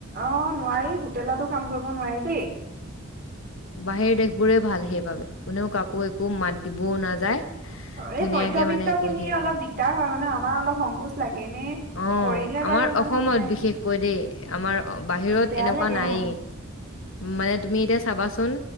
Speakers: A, on the right; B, on the left.
A: অ হোটেলতো কাম কৰিব নোৱাৰি দেই
B: বাহিৰ দেশ বোৰে ভাল সেইবাবে কোনেও কাকো একো মাত দিবও নাযায়
A: অ
B: ধুনীয়াকে
A: এই মধ্্যবিত্ত
B: মানে
A: খিনিয়ে
B: কৰি থাকিব
A: অলপ দিগদাৰ হয় মানে আমাৰ অলপ সংকোচ লাগে এনে
B: অ
A: কৰিলে
B: আমাৰ
A: বাৰু ইমান
B: অসমত
A: হেৰি নাই
B: বিশেষকৈ দেই আমাৰ বাহিৰত
A: বেয়া
B: এনেকুৱা
A: লাগে
B: নাই
A: অ
B: মানে তুমি এতিয়া চাবা আচল